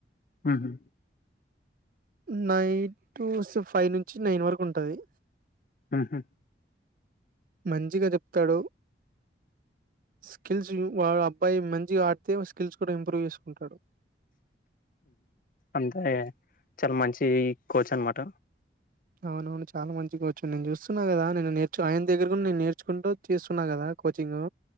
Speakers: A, on the left; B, on the right.
A: ఉహు
B: నైట్ టు ఫైవ్ నుంచి నైన్ వరకు ఉంటఅది
A: ఆహా
B: మంచిగా చెప్తాఆడు స్కిల్స్ వాడు అబ్బాయి మంచిగా ఆడితే స్కిల్స్ కూడా ఇంప్రూవ్ చేసుకుఉంటాడు
A: అంతే చాలా మంచి కోచ్ అన్ మాట
B: అవును అవును చాలా మంచి కొచ్చు నేన్ చూస్తు ఉన్నా కదా నేను నేర్చు ఆయన దగ్గర కూడ నేన్ నేర్చుకుంటూ చేస్తున్నా కదా కోచింగు